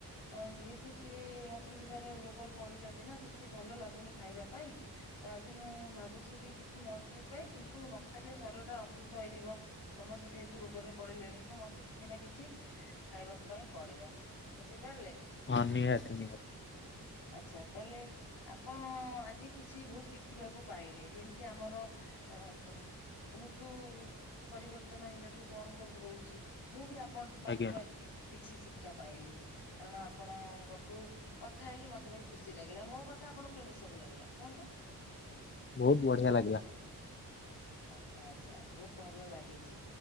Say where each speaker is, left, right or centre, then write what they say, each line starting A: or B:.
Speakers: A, on the left (about 85°); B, on the left (about 30°).
A: ଅ ଯେହେତୁ ସିଏ ଅସୁବିଧାରେ ରୋଗରେ ପଡିଛନ୍ତି ନା, ତ ସେଠି ଭଲ ଲାଗୁନି ଖାଇବା ପାଇଁ। ଆଜି ମୁଁ ଭାବୁଛି ବି କିଛି ନ ଖାଇ ପାଇଁ, କିନ୍ତୁ ନ ଖାଇଲେ ଶରୀର ଟା ଅସୁସ୍ଥ ହେଇଯିବ। ସମସ୍ତେ ଯେହେତୁ ରୋଗରେ ପଡିଲେଣି। ତ, ମତେ କିଛି ନା କିଛି ଖାଇବାକୁ ପାଇଁ ପଡିବ। ବୁଝିପାରିଲେ!
B: ହଁ, ନିହାତି, ନିହାତି।
A: ଆଚ୍ଛା, ତାହେଲେ ଆପଣ ଆଜି କିଛି, ବହୁତ ଶିକ୍ ଶିଖିବାକୁ ପାଇଲେ ଯେମିତି ଆମର ଅଁ ପମ୍ ଋତୁ ପରିବର୍ତ୍ତନ ହେଲେଠୁ, କଣ ସବୁ ହଉଛି? ମୁଁ, ବି ଆପଣଙ୍କ ପାଖରୁ
B: ଆଜ୍ଞା
A: ଆଜି କିଛି ଶିକ୍ଷା ପାଇଲି। କାରଣ ଆପଣ ଗୋଠୁ କଥା ହେଇକି ମତେ ଭାରି ଖୁସି ଲାଗିଲା ମୋ କଥା ଆପଣଙ୍କୁ କେମିତି ସବୁ ଲାଗିଲା କୁହନ୍ତୁ?
B: ବହୁତ୍ ବଢିଆ ଲାଗିଲା।
A: ଆଛା ଆଛା ବହୁତ୍ ଭଲ ଲାଗିଛି